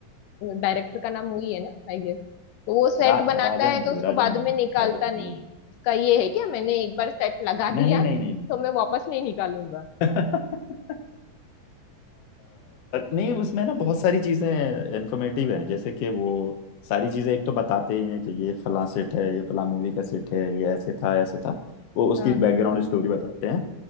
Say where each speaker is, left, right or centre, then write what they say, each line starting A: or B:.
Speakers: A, on the left; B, on the left.
A: डायरेक्टर का नाम वही है ना आई गेस तो वो सेट
B: रा,
A: बनाता
B: राजामौली
A: है तो उसको
B: राजामौली
A: बाद में निकालता
B: राजामौली
A: नहीं है उसका ये है क्या मैंने एक बार सेट लगा
B: नहीं
A: दिया
B: नहीं नहीं नहीं
A: तो मैं वापस नहीं निकालूंगा
B: <laughs> अ, नहीं उसमें ना बहुत सारी चीजें इन्फॉर्मेटिव हैं जैसे कि वो सारी चीजें एक तो बताते ही हैं कि ये फलां सेट है ये फलां मूवी का सेट है ये ऐसे था ऐसे था वो उसकी
A: हाँ
B: बैकग्राउंड स्टोरी बताते हैं